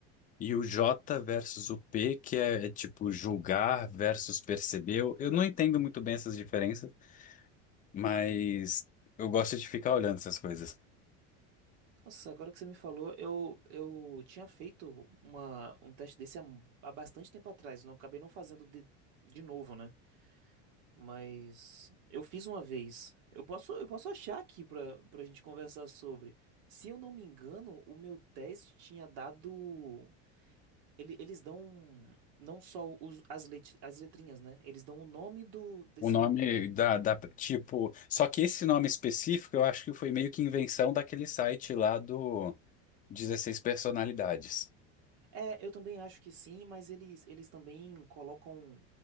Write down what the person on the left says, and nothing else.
E o J versus o P, que é, é tipo julgar versus perceber. Eu eu não entendo muito bem essas diferenças, Mas eu gosto de ficar olhando essas coisas.
O nome da, da, tipo, só que esse nome específico eu acho que foi meio que invenção daquele site lá do dezesseis personalidades.